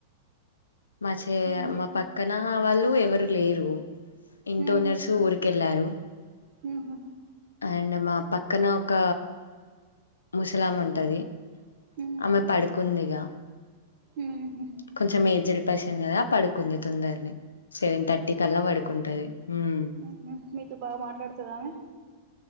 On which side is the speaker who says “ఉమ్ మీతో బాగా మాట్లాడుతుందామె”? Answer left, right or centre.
Right